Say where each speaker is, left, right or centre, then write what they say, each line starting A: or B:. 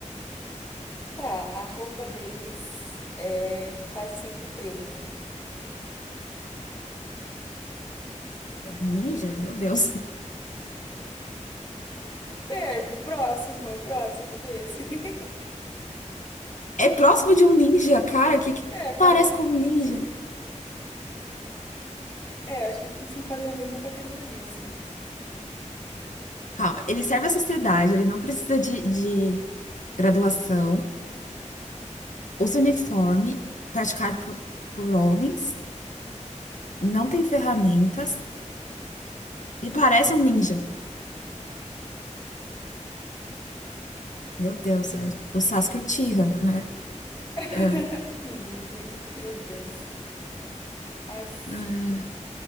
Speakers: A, on the left; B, on the left.
A: Tá, a roupa deles é quase sempre preta.
B: Ninja? Meu Deus.
A: Perto, próximo, é próximo desse. <laughs>
B: É próximo de um ninja, cara, que, que
A: É, quase
B: parece
A: um
B: com um
A: ninja.
B: ninja.
A: É, acho que se enquadra na mesma categoria, assim.
B: Calma, ele serve à sociedade, ele não precisa de, de graduação, usa uniforme praticado por, por homens, não tem ferramentas e parece um ninja. Meu Deus, é o Sasuke Uchiha, né?
A: <laughs>
B: Ah,
A: Lindo, hein? Meu Deus. Aff.
B: ah,